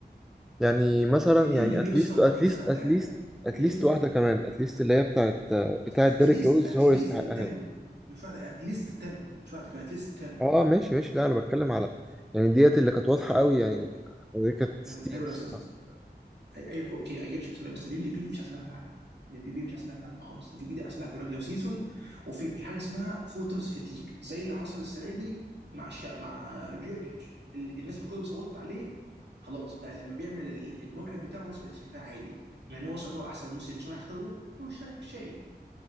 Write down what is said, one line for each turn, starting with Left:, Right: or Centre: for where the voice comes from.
Centre: يعني مثلا
Right: الام
Centre: يعني
Right: في بي
Centre: اتليست
Right: يا اسطى مش
Centre: اتليست
Right: مش هيلعب في
Centre: اتليست
Right: العالم
Centre: اتليست
Right: الام في
Centre: واحده كمان اتليست اللي هي بتاعت بتاعت
Right: اتليست
Centre: ديريك روز
Right: اتليست
Centre: هو يستحقها
Right: 10 مش واحده اتليست 10 مش واحده كمان اتليست 10
Centre: اه ماشي ماشي لا انا بتكلم على يعني ديت اللي كانت واضحه
Right: أنا-
Centre: قوي يعني
Right: ما
Centre: دي كانت 60
Right: انا فاهم
Centre: الصراحة.
Right: يا استاذ أي- اوكي اي جيت شو بسبب بس الام في بي مش احسن لاعب في العالم الام في بي مش احسن لاعب في العالم خالص الام في بي ده احسن لاعب في الريجلر سيزون وفي حاجه اسمها فوترز فتيج زي اللي حصل السنه دي مع الشا... مع جوكيتش ال- الناس من كتر ما كلها صوتت عليه خلاص بقى لما بيعمل ال- الموعد بتاعه الناس بقت شايفاه عادي مع ان هو وصل يعتبر احسن من الموسم مش هيختاروا ده هو شا- شيء